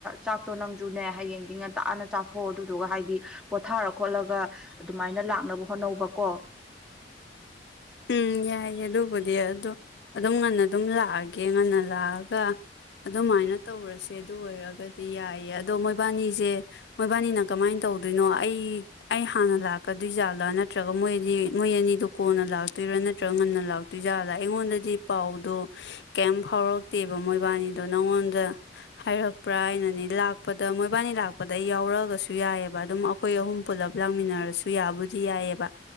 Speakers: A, in the centre; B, on the left (about 70°).
A: ꯆꯥꯛꯇꯣ ꯅꯪꯁꯨꯅꯦ ꯍꯌꯦꯡꯗꯤ ꯉ ꯇꯥꯑꯅ ꯆꯥꯊꯣꯛꯑꯣ ꯑꯗꯨꯗꯨꯒ ꯍꯥꯏꯗꯤ ꯄꯣꯊꯥꯔ ꯈꯣꯠꯂꯒ ꯑꯗꯨꯃꯥꯏꯅ ꯂꯥꯛꯅꯕ ꯍꯣꯠꯅꯧꯕꯀꯣ
B: ꯎꯝ ꯌꯥꯏꯌꯦ ꯑꯗꯨꯕꯨꯗꯤ ꯑꯣ ꯑꯗꯨꯝ ꯉꯟꯅ ꯑꯗꯨꯝ ꯂꯥꯛꯑꯒꯦ ꯉꯟꯅ ꯂꯥꯛꯑꯒ ꯑꯗꯨꯃꯥꯏꯅ ꯇꯧꯔꯁꯦ ꯑꯗꯨ ꯑꯣꯏꯔꯒꯗꯤ ꯌꯥꯏꯌꯦ ꯑꯗꯣ ꯃꯣꯏꯕꯥꯅꯤꯁꯦ ꯃꯣꯏꯕꯥꯅꯤꯅ ꯀꯃꯥꯏꯅ ꯇꯧꯗꯣꯏꯅꯣ ꯑꯩ ꯑꯩ ꯍꯥꯟꯅ ꯂꯥꯛꯀꯗꯣꯏꯖꯥꯠꯂꯥ ꯅꯠꯇ꯭ꯔꯒ ꯃꯣꯏꯗꯤ ꯃꯣꯏ ꯑꯅꯤꯗꯨ ꯀꯣꯟꯅ ꯂ ꯂꯥꯛꯇꯣꯏꯔꯥ ꯅꯠꯇ꯭ꯔꯒ ꯉꯟꯅ ꯂꯥꯛꯇꯣꯏꯖꯥꯠꯂ ꯑꯩꯉꯣꯟꯗꯗꯤ ꯄꯥꯎꯗꯣ ꯀꯩꯝ ꯐꯥꯎꯔꯛꯇꯦꯕ ꯃꯣꯏꯕꯥꯅꯤꯗꯣ ꯅꯪꯉꯣꯟꯗ ꯍꯥꯏꯔꯛꯄ꯭ꯔꯥ ꯍꯥꯏꯅꯅꯦ ꯂꯥꯛꯄꯗ ꯃꯣꯏꯕꯥꯅꯤ ꯂꯥꯛꯄꯗ ꯑꯩ ꯌꯥꯎꯔꯛꯑꯒꯁꯨ ꯌꯥꯏꯑꯕ ꯑꯗꯨꯝ ꯑꯩꯈꯣꯏ ꯑꯍꯨꯝ ꯄꯨꯂꯞ ꯂꯥꯡꯃꯤꯟꯅꯔꯁꯨ ꯌꯥꯕꯨꯗꯤ ꯌꯥꯏꯑꯕ